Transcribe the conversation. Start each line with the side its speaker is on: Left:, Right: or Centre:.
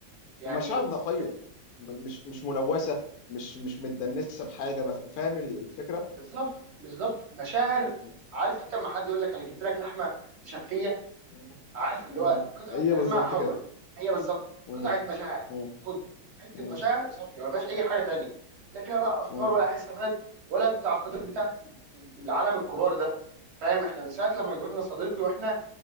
Right: يعني
Left: ومشاعر نقيه
Right: انت
Left: م- مش مش ملوثه مش مش متدنسه بحاجه ما ف- فاهم ال- الفكره
Right: بالظبط بالظبط مشاعر
Left: م.
Right: عارف انت لما حد يقول لك انا جبت لك لحمه مشفيه
Left: م.
Right: عارف اللي
Left: م.
Right: هو قطعه
Left: هي
Right: لحمه
Left: بالظبط
Right: حمراء
Left: كده
Right: هي بالظبط
Left: م.
Right: قطعه مشاعر
Left: م.
Right: خد حته
Left: م.
Right: مشاعر صافيه ما فيهاش اي حاجه تانية لا فيها بقى افكار
Left: م.
Right: ولا حسابات ولا التعقيدات
Left: م.
Right: بتاعه ال- العالم الكبار ده فاهم احنا من ساعه لما كبرنا صديقي واحنا